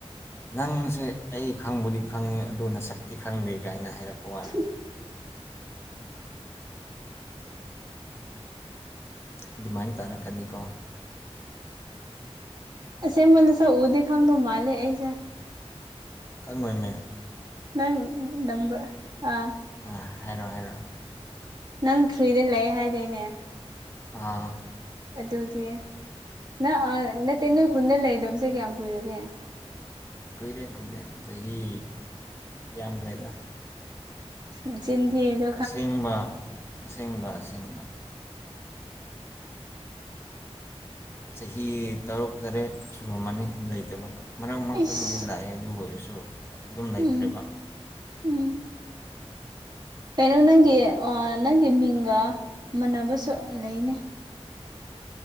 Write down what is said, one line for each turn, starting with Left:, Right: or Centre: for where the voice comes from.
Left: ꯅꯪꯁꯦ ꯑꯩ ꯈꯪꯕꯨꯗꯤ ꯈꯪꯉꯦ ꯑꯗꯨꯅ ꯁꯛꯇꯤ ꯈꯪꯗꯦ ꯀꯥꯏꯅ ꯍꯥꯏꯔꯛꯄ ꯋꯥꯅꯤ
Right: ꯎ
Left: ꯑꯗꯨꯃꯥꯏꯅ ꯇꯥꯔꯛꯀꯅꯤꯀꯣ
Right: ꯁꯦ ꯃꯅꯁ ꯎꯗꯤ ꯈꯪꯗꯣ ꯃꯥꯂꯦ ꯑꯩꯁꯦ
Left: ꯀꯪꯉꯣꯏꯃꯦ
Right: ꯅꯪ ꯅꯝꯕ ꯑ
Left: ꯑꯥ ꯍꯥꯏꯔꯑꯣ ꯍꯥꯏꯔꯛꯑꯣ
Right: ꯅꯪ ꯊ꯭ꯔꯤꯗ ꯂꯩꯦ ꯍꯥꯏꯗꯣꯏꯅꯦ
Left: ꯑꯥ
Right: ꯑꯗꯨꯗꯤ ꯅꯪ ꯅꯠꯇꯦ ꯅꯣꯏ ꯈꯨꯟꯗ ꯂꯩꯗꯕꯁꯦ ꯀꯌꯥꯝ ꯀꯨꯏꯔꯒꯦ
Left: ꯀꯨꯏꯔꯦ ꯀꯨꯏꯔꯦ ꯆꯍꯤ ꯌꯥꯝꯈ꯭ꯔꯦꯗ
Right: ꯑꯦ ꯁꯤꯗꯤꯤꯗ
Left: ꯑꯁꯦꯡꯕ ꯑꯁꯦꯡꯕ ꯑꯁꯦꯡꯕ ꯆꯍꯤ ꯇꯔꯨꯛ ꯇꯔꯦꯠ ꯁꯨꯔꯝꯃꯅꯤ ꯂꯩꯇꯕ ꯃꯔꯛ ꯃꯔꯛꯇꯕꯨꯗꯤ
Right: ꯏꯁ
Left: ꯂꯥꯛꯑꯦ ꯑꯗꯨ ꯑꯣꯏꯔꯁꯨ ꯑꯗꯨꯝ ꯂꯩꯇ꯭ꯔꯦꯕ
Right: ꯎꯝ ꯎꯝ ꯀꯩꯅꯣ ꯅꯪꯒꯤ ꯅꯪꯒꯤ ꯃꯤꯡꯒ ꯃꯥꯟꯅꯕꯁꯨ ꯂꯩꯅꯦ